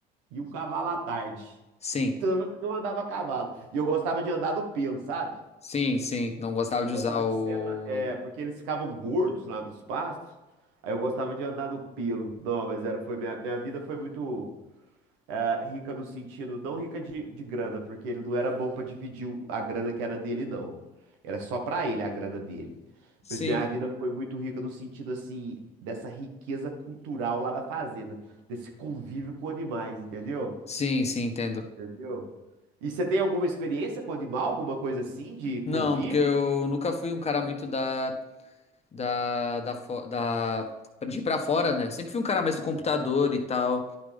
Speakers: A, on the right; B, on the left.
A: e um cavalo à tarde.
B: Sim.
A: Tanto que eu andava a cavalo. E eu gostava de andar no pelo, sabe?
B: Sim, sim. Não gostava
A: Eu
B: de
A: gostava
B: usar o.
A: de selar. É, porque eles ficavam gordos lá nos pastos. Aí eu gostava de andar no pelo. Não, mas era, foi minha, minha vida foi muito é, rica no sentido, não rica de, de grana, porque ele não era bom pra dividir o- a grana que era dele, não. Era só pra ele a grana dele.
B: Sim.
A: Mas minha vida foi muito rica no sentido, assim, dessa riqueza cultural lá da fazenda, desse convívio com animais, entendeu?
B: Sim, sim, entendo.
A: Entendeu? E você tem alguma experiência com animal, alguma coisa assim, de convívio?
B: Não, porque eu nunca fui um cara muito da. Da. Da. fo- da... De ir pra fora, né? Eu sempre fui um cara mais do computador e tal.